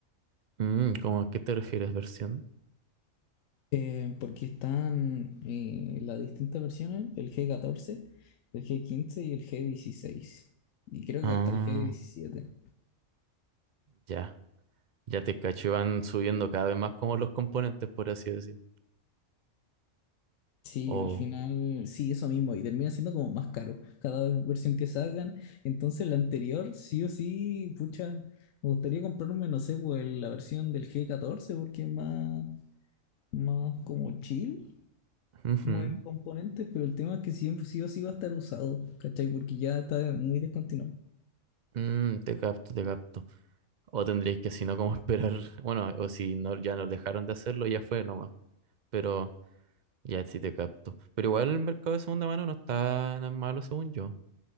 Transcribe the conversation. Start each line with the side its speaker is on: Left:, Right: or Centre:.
Right: Mm, ¿cómo a qué te refieres, versión?
Left: Eh, porque están eh, las distintas versiones, el G14, el G15 y el G16. Y creo
Right: Ah,
Left: que hasta el G17.
Right: ya. Ya te cacho, y van subiendo cada vez más como los componentes, por así decir.
Left: Sí,
Right: O,
Left: al final, sí, eso mismo, y termina siendo como más caro cada versión que sacan. Entonces, la anterior, sí o sí, pucha, me gustaría comprarme, no sé, pues la versión del G14, porque es más, más como chill,
Right: ujú.
Left: como en componentes, pero el tema es que siempre sí o sí va a estar usado, ¿cachai? Porque ya está muy descontinuado.
Right: Mm, te capto, te capto. O tendríais que, si no, como esperar. <laughs> Bueno, o si no, ya nos dejaron de hacerlo, ya fue nomás. Pero ya sí te capto. Pero igual el mercado de segunda mano no está tan malo, según yo.